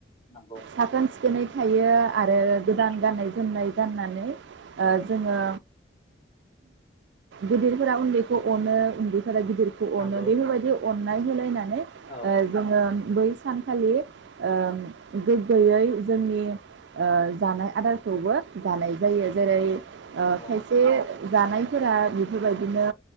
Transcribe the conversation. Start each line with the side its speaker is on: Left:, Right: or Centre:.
Left: नंगौ
Right: साखोन सिखोनै थायो आरो गोदान गाननाय जोमनाय गाननानै ओ जोङो गेदिरफोरा उन्दैखौ अनो। जा गदिरखौ
Left: नंगौ
Right: अनो बाफोरबायदि अननाय होलायनाय
Left: औ
Right: जोङो बै सानखालि ओ गोग्गोयै जोंनि ओ जानाय आदारखौबो जानाय जायो जेरै ओ
Left: औ
Right: खायसे जानायफोरा बेफोरबायदिनो